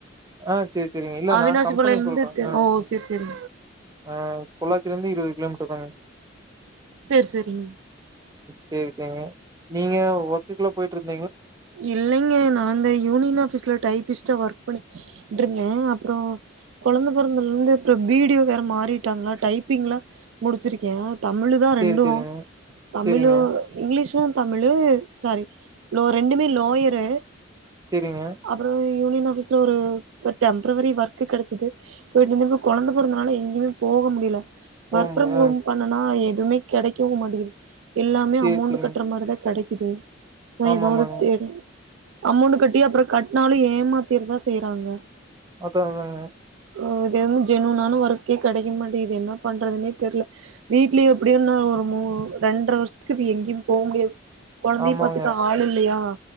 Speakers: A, on the right (about 20°); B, on the right (about 85°).
A: ஆஹ் சேரி சேரி இல்ல
B: அவினாசிபாளையலருந்து
A: நா கம்பெனிய சொல்ற
B: திரு
A: ஆஹ்
B: ஓ செரி செரி
A: ஆஹ் பொள்ளாச்சில இருந்து இருபது கிலோமீட் <unintelligible>
B: சரி சரிங்க
A: சரி சரிங்க நீங்க ஒர்க்குக்ல போயிட்டு இருந்த
B: இல்லைங்க நா அந்த யூனியன் ஆஃபீஸ்ல டைபிஸ்டா ஒர்க் பண்ணிட்ருந்தே அப்றோ கொழந்த பொறந்தலலிருந்து அப்றோ பி டி ஓ வேற மாறிட்டேங்க டைப்பிங்லா முடிச்சிருக்கே தமிழு தா
A: சேரி
B: ரெண்டு
A: சேரிங்க
B: தமிழு
A: சேரிங்க
B: இங்லீஷு தமிழு சாரி நோ ரெண்டுமே லோயரு
A: செரிங்க
B: அப்புறோ யூனியன் ஆஃபீஸ்ல ஒரு அஹ் டெம்ப்ரவரி ஒர்க்கு கெடச்சது போயிட்டு இருந்தப்ப கொழந்தை பொறந்னால எங்கேயுமே போக முடியல
A: போ
B: வொர்க்
A: முடியா
B: ஃப்ரம் ஹோம் பண்ணனா எது எதுமே கெடைக்கவு மாட்டிங்குது எல்லாமே
A: சேரி
B: அமௌண்டு
A: சேரிங்க
B: கட்ற மாரி தா கெடைக்கு குது ஒ
A: ஆமா
B: எதாவ்து
A: ஆமாங்க
B: தேடி அமௌண்டு கட்டி அப்ற கட்னாலு ஏமாத்திற தா செய்றாங்க
A: அதா நானு
B: உம் இது வரைலு ஜென்நியூனான ஒர்க்கே கெடைக்க மாட்டிங்குது என்ன பண்றதுனே தெர்ல வீட்லே எப்டியும் நா ஒரு மூ ரெண்ட்ர வர்ஷத்துக்கு இப்டி எங்யு போ முடியாது கொழந்தைய
A: ஆமாங்க
B: பாத்துக்க ஆள் இல்லயா